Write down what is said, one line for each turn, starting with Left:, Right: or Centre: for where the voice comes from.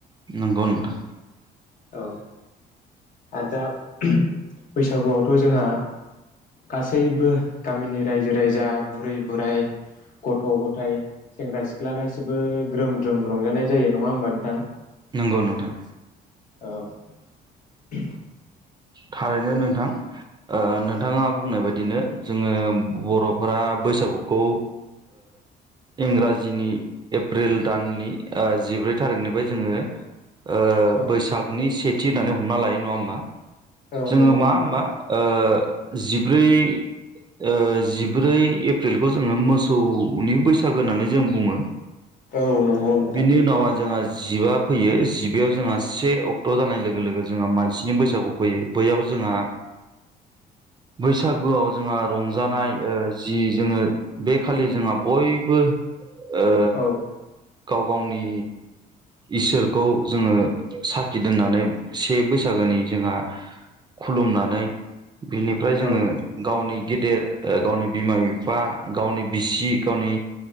Right: नंगौ नोंथां।
Left: औ आरो दा बैसागुआवथ जोंहा गासैबो गामिनि रायजो राजा बुरै बोराय गथ'-ग'थाय सेंग्रा-सिख्ला गासैबो ग्रोम-ग्रोम रंजानाय जायो नङा होमबा नोंथां।
Right: नंगौ नोंथां।
Left: औ। <inaudible>
Right: थारैनो नोंथां नोंथाङा बुंनाय बायदिनो जोङो बरफोरा बैसागुखौ इंराजिनि एप्रिल दाननि जिब्रै थारिखनिफ्राय जोङो। ओ
Left: औ
Right: बैसागनि सेथि होननानै। हमना लायो नङा होमबा।
Left: औ
Right: जोङो
Left: नंगौ
Right: मा
Left: नोंथां
Right: होमबा ओ जिब्रै ओ जिब्रै एप्रिलखौ जोङो मोसौनि बैसागो होननानै जों बुङो।
Left: औ नंगौ नोंथां
Right: बेनि उनावा जोंहा। जिबा फैयो जिबायाव जोंहा से अक्ट जानाय लोगो लोगो जोंहा मानसिनि बैसागु। फैयो बैयाव जोंहा बैसागुआव जोंहा रंजानाय जि जोङो बे खालि जोंहा बयबो। ओ
Left: औ
Right: गाव गावनि इसोरखौ जोङो साखि दोननानै से बैसागोनि जोंहा खुलुमनानै। बिनिफ्राय जोङो
Left: औ नंगौ
Right: गावनि
Left: नोंथां
Right: गेदेर। ओ गावनि बिमा बिफा गावनि बिसि गावनि